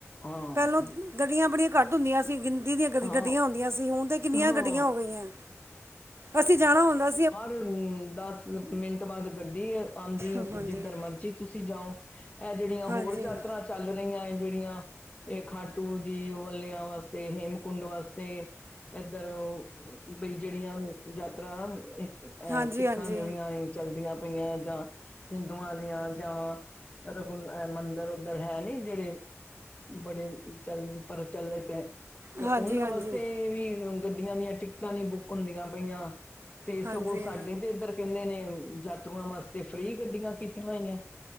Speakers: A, on the left; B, on the right.
A: ਹਾਂ।
B: ਪਹਿਲੋਂ ਗੱਡੀਆਂ ਬੜੀਆਂ ਘੱਟ ਹੁੰਦੀਆਂ ਸੀਂ ਗਿ ਦੀਆਂ ਗੱਡੀਆਂ
A: ਹਾਂ
B: ਹੋਂਦੀਆਂ ਸੀ ਹੁਣ ਤੇ ਕਿੰਨੀਆਂ
A: ਹਾਂ
B: ਗੱਡੀਆਂ ਹੋ ਗਈਆਂ ਅਸੀਂ ਜਾਣਾ ਹੋਂਦਾ
A: ਹਰ ਦਸ ਮਿੰਟ ਬਾਅਦ ਗੱਡੀ ਆਂਦੀ ਹੈ
B: ਹਾਂਜੀ
A: ਜਿੱਧਰ ਮਰਜ਼ੀ ਤੁਸੀਂ ਜਾਓ ਇਹ ਜਿਹੜੀਆਂ
B: ਹਾਂਜੀ
A: ਹੋਰ ਯਾਤਰਾ ਚੱਲ ਰਹੀਆਂ ਜਿਹੜੀਆਂ ਇਹ ਖਾਟੂ ਜੀ ਵੱਲਿਆਂ ਵਾਸਤੇ ਹੇਮਕੁੰਟ ਵਾਸਤੇ ਏਧਰ ਬਈ ਜਿਹੜੀਆਂ ਯਾਤਰਾ ਅ
B: ਹਾਂਜੀ
A: ਸਿੱਖਾਂ
B: ਹਾਂਜੀ
A: ਦੀਆਂ ਵੀ ਚੱਲਦੀਆਂ ਪਈਆਂ ਜਾਂ ਹਿੰਦੂਆਂ ਦੀਆਂ ਜਾਂਵਾ ਰਘੁ ਮੰਦਰ ਉੱਧਰ ਹੈ ਨੀ ਜੇਹੜੇ ਬੜੇ ਚਲ ਪ੍ਰਚਲਿਤ ਹੈ। ਤੇ
B: ਹਾਂਜੀ
A: ਉਹਨਾਂ
B: ਹਾਂਜੀ
A: ਵਾਸਤੇ ਵੀ ਗੱਡੀਆਂ ਦੀਆਂ ਟਿਕਟਾਂ ਨਹੀਂ ਬੁੱਕ ਹੁੰਦੀਆਂ ਪਈਆਂ। ਤੇ
B: ਹਾਂਜੀ
A: ਸਗੋਂ ਸਾਡੇ ਤੇ ਇੱਧਰ ਕਹਿੰਦੇ ਨੇ ਯਾਤਰੂਆਂ ਵਾਸਤੇ ਫ੍ਰਰੀ ਗੱਡੀਆਂ ਕੀਤੀਆਂ ਹੋਈਆਂ।